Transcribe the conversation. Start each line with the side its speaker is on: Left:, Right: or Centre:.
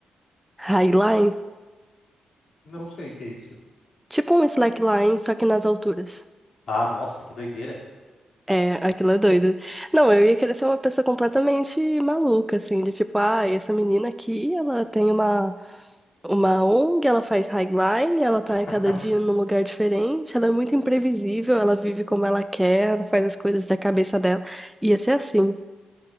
Centre: highline?
Left: Não sei o que é isso.
Centre: Tipo um slackline, só que nas alturas.
Left: Ah, nossa, que doideira.
Centre: É, aquilo é doido. Não, eu ia querer ser uma pessoa completamente maluca, assim, de tipo, ah, essa menina aqui, ela tem uma, uma ONG, ela faz highline, ela tá
Left: <laughs>
Centre: a cada dia num lugar diferente, ela é muito imprevisível, ela vive como ela quer, ela faz as coisas da cabeça dela. Ia ser assim.